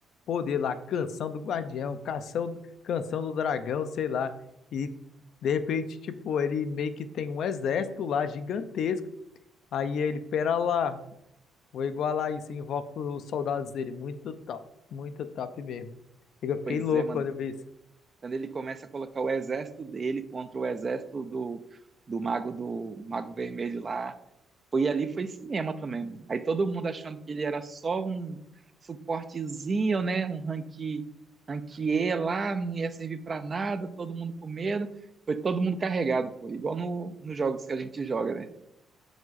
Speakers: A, on the left; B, on the right.
A: poder lá, canção do guardião, canção, canção do dragão, sei lá. E de repente, tipo, ele meio que tem um exército lá gigantesco. Aí ele, pera lá, vou igualar isso, invoca os soldados dele. Muito top, muito top mesmo. Eu fiquei
B: Pois
A: louco
B: é, mano.
A: quando eu vi isso.
B: Quando ele começa a colocar o exército dele contra o exército do, do mago do mago vermelho lá. Foi ali, foi cinema também, mano. Aí todo mundo achando que ele era só um suportezinho, né? Um ranqui, ranquier lá, não ia servir pra nada, todo mundo com medo. Foi todo mundo carregado, pô. Igual no, nos jogos que a gente joga, né?